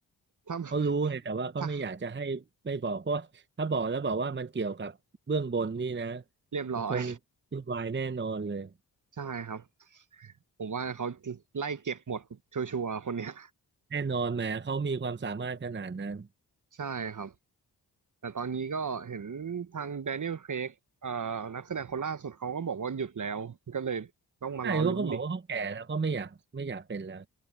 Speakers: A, on the right; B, on the right.
A: ถ้า
B: เขารู้ไงแต่ว่าเขาไม่อยากจะให้ไม่บอกเพราะว่าถ้าบอกแล้วบอกว่ามันเกี่ยวกับเบื้องบนนี่นะ
A: ถ้าเรียบร้อย
B: มันคงวุ่นวายแน่นอนเลย
A: ใช่ครับผมว่าเขาไล่เก็บหมดชัวร์ๆคนเนี้ย
B: แน่นอนแหมเขามีความสามารถขนาดนั้น
A: ใช่ครับ แต่ตอนนี้ก็เห็นทางแดเนียลเครกเอ่อนักแสดงคนล่าสุดเขาก็บอกว่าหยุดแล้ว ก็เลยต้องมารอลุ้นอีก
B: ใช่เขาก็บอกว่าเขาแก่แล้วก็ไม่อยากไม่อยากเป็นแล้ว